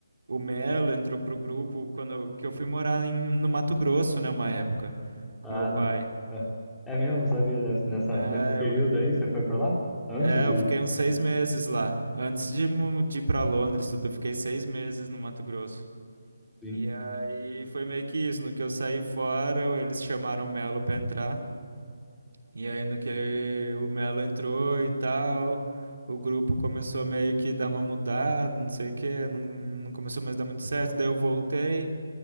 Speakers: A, on the right; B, in the centre.
A: o Melo entrou pro grupo quando eu, que eu fui morar em- no Mato Grosso, né, uma época, com
B: Ah,
A: meu pai.
B: não. Ah, É mesmo? Não sabia dessa, nessa,
A: É,
B: nesse período
A: eu,
B: aí você foi pra lá? Antes
A: é,
B: de.
A: eu fiquei uns seis
B: Ah,
A: meses lá. Antes de, mu- de ir pra Londres, tudo, eu fiquei seis meses no Mato Grosso.
B: sim.
A: E aí foi meio que isso, no que eu saí fora, eles chamaram o Melo pra entrar. E aí, no que o Melo entrou e tal, o grupo começou meio que dar uma mudada, não sei o quê, não, não começou mais a dar muito certo. Daí eu voltei